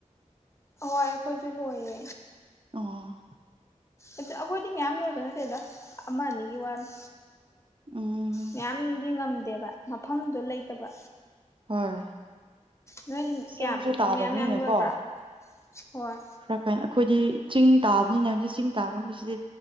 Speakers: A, on the left; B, on the right.
A: ꯑꯍꯣꯏ ꯑꯩꯈꯣꯏꯖꯨ ꯂꯣꯏꯌꯦ
B: ꯑꯣ
A: ꯑꯗꯨ ꯑꯩꯈꯣꯏꯗꯤ ꯃꯌꯥꯝ ꯂꯣꯏꯕ ꯅꯠꯇꯦꯗ ꯑꯃ ꯑꯅꯤꯒꯤ ꯋꯥꯅꯤ
B: ꯎꯝ
A: ꯃꯌꯥꯝꯗꯤ ꯉꯝꯗꯦꯕ ꯃꯐꯝꯗꯨ ꯂꯩꯇꯕ
B: ꯍꯣꯏ
A: ꯅꯣꯏꯒꯤ
B: ꯆꯤꯡꯁꯨ
A: ꯀꯌꯥꯝ
B: ꯇꯥꯗꯕꯅꯤꯅꯀꯣ
A: ꯃꯌꯥꯝ ꯃꯌꯥꯝ ꯂꯣꯏꯕ꯭ꯔꯥ ꯍꯣꯏ
B: ꯈꯔ ꯀꯥꯏꯅ ꯑꯩꯈꯣꯏꯗꯤ ꯆꯤꯡ ꯇꯥꯕꯅꯤꯅ ꯍꯧꯖꯤ ꯆꯤꯡ ꯇꯥꯕ ꯍꯥꯏꯕꯁꯤꯗꯤ